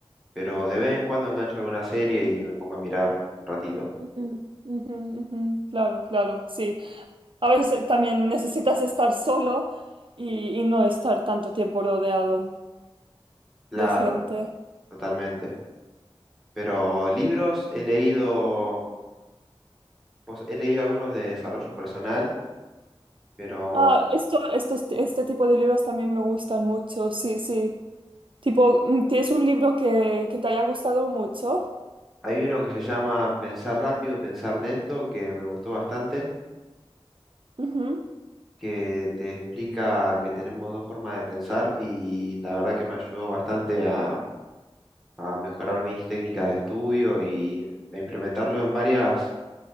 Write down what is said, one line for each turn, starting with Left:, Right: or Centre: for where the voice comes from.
Centre: pero de vez en cuando engancho alguna serie y me pongo a mirar un ratito.
Right: Ujú, ujú, ujú. Claro, claro, sí. A veces eh, también necesitas estar solo y, y no estar tanto tiempo rodeado
Centre: Claro,
Right: de gente.
Centre: totalmente. Pero libros he leído, pues, he leído algunos de desarrollo personal, pero
Right: Ah, esto, estos, este este tipo de libros también me gustan mucho, sí, sí. Tipo, mm, ¿tienes un libro que, que te haya gustado mucho?
Centre: hay uno que se llama Pensar rápido, pensar lento, que me gustó bastante,
Right: Ujú.
Centre: que te explica que tenemos dos formas de pensar y la verdad que me ayudó bastante a, a mejorar mis técnicas de estudio y a implementarlo en varias